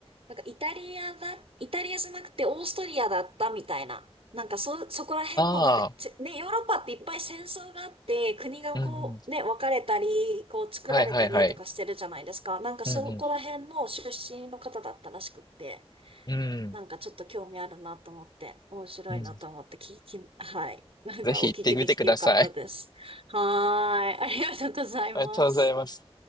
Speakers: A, on the right; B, on the left.
A: なんかイタリアだ、イタリアじゃなくてオーストリアだったみたいな。なんかそ、そこら辺の、
B: ああ
A: なんか、ちね、ヨーロッパっていっぱい戦争があって、国がこう、
B: うん、うん。
A: ね、分かれたり、こう作られたりとかしてるじゃないですか。
B: はいはいはい。
A: なんかそこら辺の出身の方だったらしくって。
B: うん、うん。うん、
A: なんかちょっと興味あるなと思って、面白いなと思って聞き、
B: うん。
A: はい。なんかお聞きできてよかったです。
B: ぜひ行ってみてください。
A: はーい。ありがとうございます。
B: <laughs> ありがとうございます。